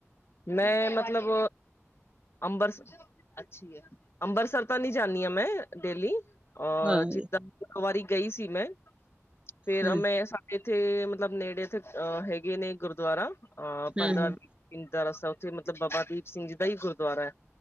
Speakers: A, on the left (about 55°); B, on the right (about 20°).
A: ਮੈਂ ਮਤਲਬ, ਅੰਬਰਸ ਅੱਛੀ ਐ। ਅੰਬਰਸਰ ਤਾਂ ਨਹੀਂ ਜਾਂਦੀ ਆ ਮੈਂ ਡੇਲੀ ਅਹ,
B: ਹਾਂ
A: ਜਿੱਦਾਂ ਇੱਕ ਵਾਰੀ ਗਈ ਸੀ ਮੈਂ ਫੇਰ
B: ਹੂੰ,
A: ਮੈਂ ਇੱਥੇ ਮਤਲਬ ਨੇੜੇ ਤਾ ਅਹ ਹੈਗੇ ਨੇ ਗੁਰਦੁਆਰਾ ਅਹ ਪੰਦਰਾਂ
B: ਹੂੰ, ਹੂੰ
A: ਇੰਤਾ ਰਸਤਾ ਉੱਥੇ ਮਤਲਬ ਬਾਬਾ ਦੀਪ ਸਿੰਘ ਜੀ ਦਾ ਈ ਗੁਰਦੁਆਰਾ ਐ।